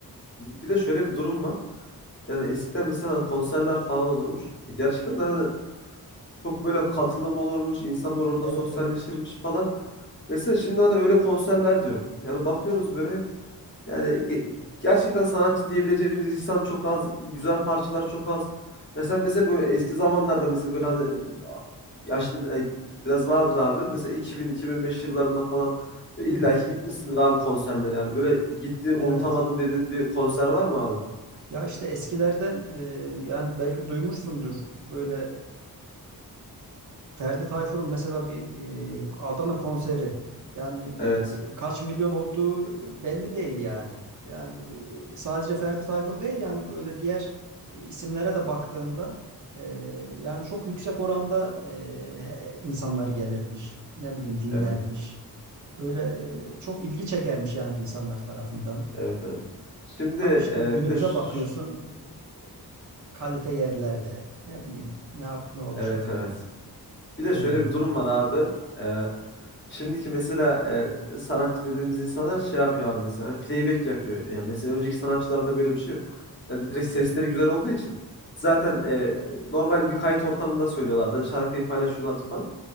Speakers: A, on the left; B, on the right.
A: bir de şöyle bir durum var. Yani eskiden mesela hani konserler falan olurmuş. E Gerçekten de hani Çok böyle katılım olurmuş, insanlar orada
B: Evet
A: sosyalleşirmiş
B: evet.
A: falan. Mesela şimdi hani öyle konserler de yok. Yani bakıyoruz böyle hep yani ge- gerçekten sanatçı diyebileceğimiz insan çok az, güzel parçalar çok az. Mesela mesela böyle eski zamanlarda mesela böyle hani yaşın e, biraz vardır abi. Mesela iki iki bin bin beş yıllarında falan böyle
B: Hı
A: illaki
B: hı.
A: gitmişsindir abi konserlere yani. Böyle gitti
B: Evet.
A: unutamadım dediğin bir konser var mı abi?
B: Ya işte eskilerden eee, yani belki duymuşsundur böyle Ferdi Tayfur'un mesela bir e, Adana konseri yani
A: Evet,
B: e, kaç milyon olduğu e, belli değil yani. Yani e, sadece Ferdi Tayfur değil yani böyle diğer e, isimlere de baktığında e, yani çok yüksek oranda e, he- insanlar gelirmiş. Ne bileyim dinlermiş.
A: evet,
B: Öyle e, çok ilgi çekermiş yani insanlar tarafından.
A: evet, evet. Şimdi
B: Ama işte
A: e,
B: günümüze
A: bir de ş-
B: bakıyorsun e, kalite yerlerde ne bileyim ne ne olacak
A: evet, evet. Bir de
B: bilemiyorum.
A: şöyle bir durum var abi. Ee, şimdiki mesela e, sanatçı dediğimiz insanlar şey yapıyor abi mesela hani playback yapıyor. Yani mesela önceki sanatçılarda böyle bir şey yok. Yani direkt sesleri güzel olduğu için zaten e, normal bir kayıt ortamında söylüyorlardı. Şarkıyı paylaşıyorlardı falan.